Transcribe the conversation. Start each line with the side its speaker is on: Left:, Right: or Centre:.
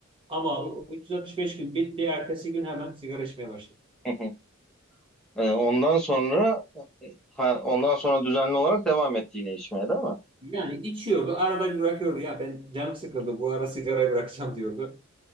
Right: Ama o 365 gün bitti. Ertesi gün hemen sigara içmeye başladı.
Centre: Hı hı. Ee, ondan sonra e, ha, ondan sonra düzenli olarak devam etti yine içmeye değil mi?
Right: Yani içiyordu, arada bir bırakıyordu. Ya ben canım sıkıldı, bu ara sigarayı bırakacağım diyordu.